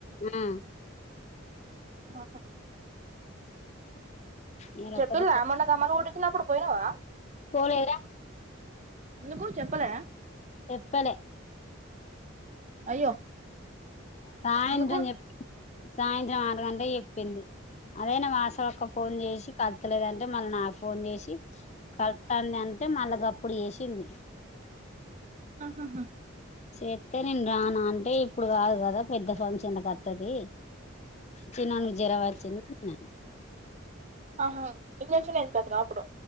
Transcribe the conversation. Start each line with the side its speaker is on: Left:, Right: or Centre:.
Left: ఆ
Right: ఆహ
Left: ఇయాల
Right: చెప్పిల్లా
Left: ఒక్కతే
Right: మన్నా తమ్మారు గూడ చిన్నప్పుడు పోయినావా
Left: పోలేదా
Right: ఎందుకు చెప్పలే
Left: చెప్పలే
Right: అయ్యో
Left: సాయంత్రం
Right: ఎందుకు
Left: చెప్ప సాయంత్రం ఆరు గంటలకి చెప్ చెప్పింది అదైనా వాసవ ఒక్క ఫోన్ చేసి కల తలేదంటే మళ్ళ నాకు ఫోన్ చేసి కలుతాంది అంటే మలగప్ప ఇప్పుడు చేసింది
Right: ఆహాహా
Left: చేస్తే నేను రాను అంటే ఇప్పుడు కాదు కదా పెద్ద ఫంక్షన్ కు వతది చిన్ననికి జరవా తుందిన్నాను
Right: ఆహ ఇన్న చేసిన ఎంత కా అప్పుడు